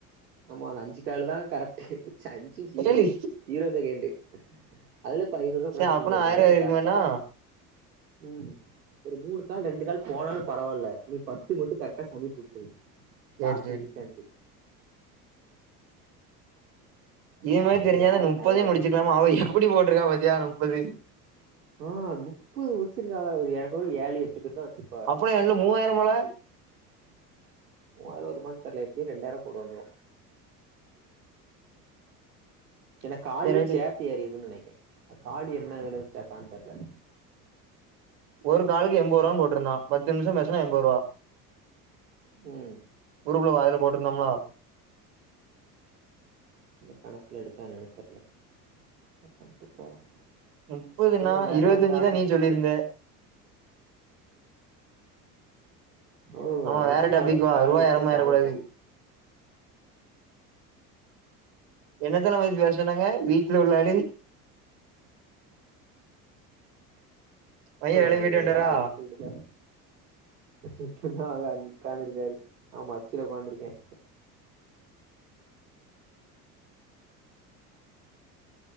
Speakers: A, on the right; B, on the right.
A: ஆமா அது அஞ்சு கால்தா கரெக்டு இருன்ச்சு சி ஜீரோ
B: ஏழு
A: ஜீரோ செகண்டு அதுல இப்ப ஐநூறுவா
B: சே
A: ப்ராசசிங்லருக்கு
B: அப்பனா ஆயிரூவா
A: அத நீ
B: இருக்குமேண்ணா
A: கரெக்டா ம் ஒரு மூணு கால் ரெண்டு கால் போனாலும் பரவால்ல நீ பத்து மட்டும் கரெக்டா சமிட் குடுத்துரு
B: சேரி
A: டாஸ்க்
B: சேரி
A: முடிச்சிடன்டு
B: இது
A: பாப்போ
B: மாதிரி தெரிஞ்சாதான்
A: யாருக்கு
B: முப்பதையும்
A: நெறையா வருது
B: முடிச்சுக்கலாமா அவ எப்படி போட்டிருக்கா பாத்தியா முப்பது
A: ஆ முப்பது முடிச்சிருக்கா பாரு என்கூட ஏழு எட்டு பேரு தான் வச்சிரு
B: அப்புறம் என்ன மூவாயிரம் ஆ ல
A: மூவாயிரம் ரூபாய்க்கு தரல எப்டியு‌ம் ரண்டாயிரம் கூட வந்துரும் ஏனா காலியும்
B: சேரி ரைட்டு
A: சேத்து ஏறி இருக்கும்ன்னு நெனைக்கிறேன் காலி என்ன இதுல சேக்கான்னு தெரில
B: ஒரு காளுக்குக்கு என்பது ரூபான்னு போட்ருந்தான் பத்து நிமிஷம் பேசினா என்பது ரூபா
A: ம்
B: உருப்ல வாயில போட்டிருந்தோம்னா
A: கணக்குல எடுக்கான்னுனு தெரில என்னமோ பண்ணிட்டு போறான்
B: முப்பதுன்னா
A: சரி வா வேற
B: இருவத்தஞ்சுதா
A: ஏதா டாபிக்
B: நீ சொல்லிருந்த
A: ஆ ஓ
B: ஆமா
A: எனக்கு
B: வேற
A: தெரிஞ்சி
B: டாபிக்
A: அவளுக்கு
B: வா
A: கால்
B: ரூவா
A: டிஸ்கனெக்ட்
B: ஏறமாயிரக்கூடாது
A: ஆயிருக்கும்
B: என்னத்தல்லாம் வ பேச சொன்னாங்க வீட்டுல உள்ள ஐயா
A: ஆஹ
B: வேலைக்கு போயிட்டு வன்ட்டாரா
A: ஏதா அடிச்சு விடுத உட்கார்ந்துருக்காரு ஆமா உச்சில உட்கார்ந்துருக்கேன்